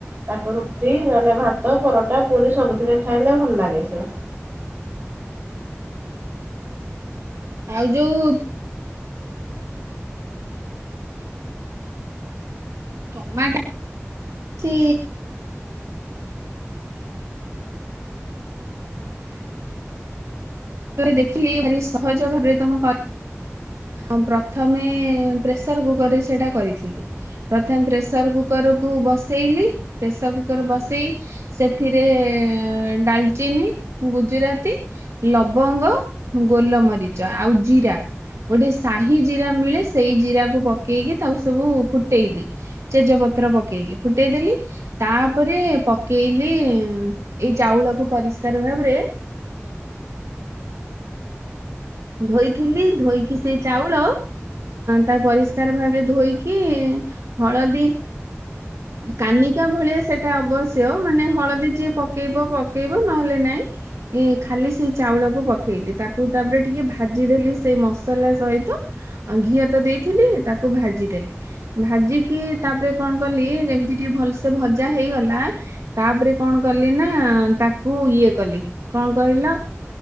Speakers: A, on the right; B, on the right.
A: ତାକୁ ରୁଟି ନହେଲେ ଭାତ ପରଟା। ପରି ସବୁଥିରେ ଖାଇଲେ ଭଲ ଲାଗେ ସିଏ।
B: ଆଉ ଯୋଉ ଟମାଟୋ। ଦେଖିଲି ଭାରି ସହଜ ଭାବରେ ତମେ ମୁଁ ପ୍ରଥମେ ପ୍ରେସର କୁକରରେ ସେଇଟା କରିଥିଲି ପ୍ରଥମେ ପ୍ରେସର କୁକରକୁୁ ବସେଇଲି ପ୍ରେସର କୁକର ବସେଇ ସେଥିରେ ଡାଲଚିନି ଗୁଜୁରାତି ଲବଙ୍ଗ ଗୋଲମରିଚ ଆଉ ଜିରା। ଗୋଟେ ସାହି ଜିରା ମିଳେ ସେଇ ଜିରାକୁ ପକେଇକି ତାକୁ ସବୁ ଫୁଟେଇ ଦିଏ ତେଜ ପତ୍ର ପକେଇକି ଫୁଟେଇଦେଲି ତାପରେ ପକେଇଲି ଏଇ ଚାଉଳକୁ ପରିଷ୍କାର ଭାବରେ ଧୋଇଥିଲି। ଧୋଇକି ସେ ଚାଉଳ ତାକୁ ପରିଷ୍କାର ଭାବରେ ଧୋଇକି ହଳଦୀ କାନିକା ଭଳିଆ ସେଟା ଅବଶ୍ୟ ମାନେ ହଳଦୀ ଯିଏ ପକେଇବ ପକେଇବ ନହେଲେ ନାଇଁ ଏ ଖାଲି ସେ ଚାଉଳକୁ ପକେଇଲି ତାକୁ ତାପରେ ଟିକେ ଭାଜିଦେଲି ସେଇ ମସଲା ସହିତ ଘିଅ ତ ଦେଇଥିଲି ତାକୁ ଭାଜିଦେଲି ଭାଜିକି ତାପରେ କଣ କଲି ଯେମିତି ଟିକେ ଭଲସେ ଭଜା ହେଇଗଲା ତାପରେ କଣ କଲି ନା ତାକୁ ଇଏ କଲି କଣ କହିଲ